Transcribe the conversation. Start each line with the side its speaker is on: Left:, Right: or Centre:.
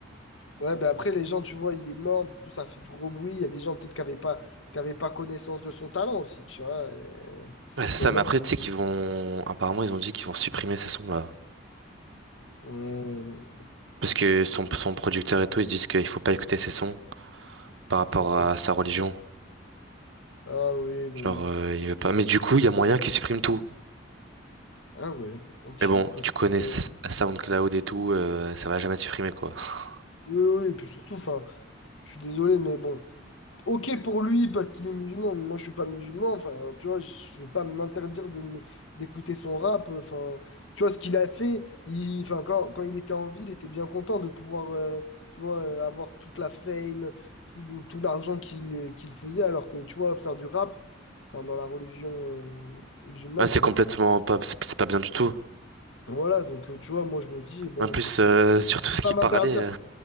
Left: Ouais, ben après, les gens, tu vois, il est mort, du coup, ça fait du gros bruit. Il y a des gens peut-être qui n'avaient pas, qui avaient pas connaissance de son talent aussi, tu vois. euh,
Right: Ouais, c'est ça,
Left: Bon, même.
Right: mais après, tu sais qu'ils vont... Apparemment, ils ont dit qu'ils vont supprimer ces sons-là.
Left: euh,
Right: Parce que son, son producteur et tout, ils disent qu'il faut pas écouter ces sons par rapport
Left: pourquoi?
Right: à sa religion.
Left: Ah oui, bon.
Right: Genre,
Left: pff,
Right: euh, il veut pas... Mais du coup, il y a moyen qu'ils suppriment tout.
Left: Ah ouais, ok.
Right: Mais bon,
Left: parce
Right: tu connais
Left: que-
Right: S- SoundCloud et tout, euh, ça va jamais être supprimé, quoi. <laughs>
Left: Oui, oui, et puis surtout, enfin, je suis désolé, mais bon. Ok pour lui parce qu'il est musulman, mais moi je suis pas musulman, enfin tu vois, je vais pas m'interdire de m- d'écouter son rap, euh, enfin tu vois ce qu'il a fait, il, enfin quand, quand il était en ville, il était bien content de pouvoir euh, tu vois euh, avoir toute la fame, tout, le- tout l'argent qu'il qu'il faisait alors que tu vois faire du rap, enfin dans la religion euh, musulmane,
Right: Ouais, c'est
Left: c'est
Right: complètement
Left: pas
Right: pas... C'est c'est pas bien du tout.
Left: voilà, donc euh, tu vois, moi je me dis bon,
Right: En plus, euh, sur tout ce
Left: je vais pas
Right: qui
Left: m'interdire,
Right: parlait... euh,